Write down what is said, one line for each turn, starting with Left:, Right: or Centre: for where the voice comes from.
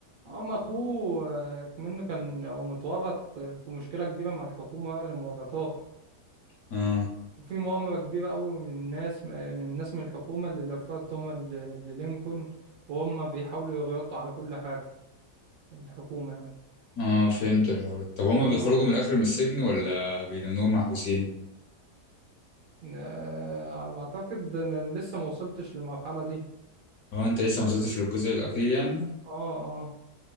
Right: هم اخوه آه، منه كان هو متورط في مشكله كبيره مع الحكومه اللي مورطاه
Left: اه
Right: وفي مؤامرة كبيرة قوي من ناس من ناس من الحكومة اللي لفت التهمة ل- للينكولن وهم بيحاولوا يغطوا على كل حاجة الحكومة يعني
Left: اه فهمت الحوار طب هما
Right: المو...
Left: بيخرجوا من الاخر من السجن ولا بيدنوهم محبوسين
Right: آه، على ما أعتقد أنا لسه ما وصلتش للمرحلة دي
Left: هو انت لسه ما وصلتش للجزء الاخير يعني
Right: اه اه